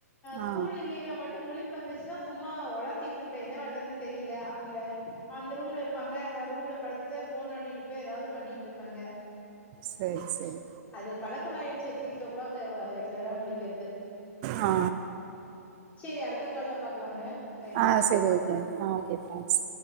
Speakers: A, on the left; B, on the right.
A: ஸ்கூல்
B: ஆ
A: இல்லைன்னா மட் முழிப்பு வந்துச்சுன்னா சும்மா ஒளாத்திட்ருப்ப என்ன பண்றதுன்னு தெரியல அவுங்க அந்த ரூம்ல இருப்பாங்க நா ரூம்ல படுத்துட்டு ஃபோன் நோண்டிட்டுருப்பே எதாவது பண்ணிட்டு இருப்பங்க
B: சேரி சேரி
A: அது பழக்கமாயிடுச்சு சிக்ஸ் ஓ கிளாக் ரெகுலரா முழிக்கிறது
B: ஆ
A: சேரி அடுத்த கால்ல பாக்கலாங்க டைம்
B: ஆ
A: ஆச்சு
B: சரி ஓகே ஆ ஓகே தேங்க்ஸ்